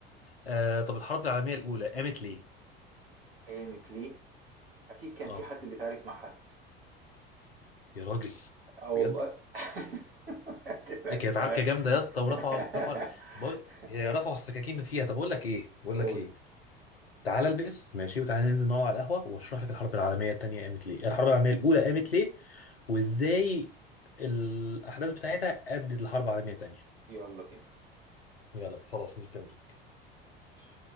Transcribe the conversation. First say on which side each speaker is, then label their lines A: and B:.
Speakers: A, on the left; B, on the right.
A: آه، طب الحرب العالمية الأولى قامت ليه؟
B: قامت ليه؟ أكيد كان
A: اه
B: في حد بيتعارك مع حد.
A: يا راجل
B: آه والله
A: بجد
B: <laughs>
A: إيه كانت
B: مش
A: عركه
B: عارف.
A: جامده يا اسطى ورفع
B: <laughs>
A: رفع بقول هي رفعوا السكاكين اللي فيها طب اقول لك ايه بقول
B: قُل.
A: لك ايه تعالى البس ماشي وتعالى ننزل نقعد على القهوه واشرح لك الحرب العالميه الثانيه قامت ليه الحرب العالميه الاولى قامت ليه وازاي الاحداث بتاعتها ادت لحرب عالميه ثانيه
B: يالّا بينا.
A: يلا خلاص مستنيك
B: ماشي.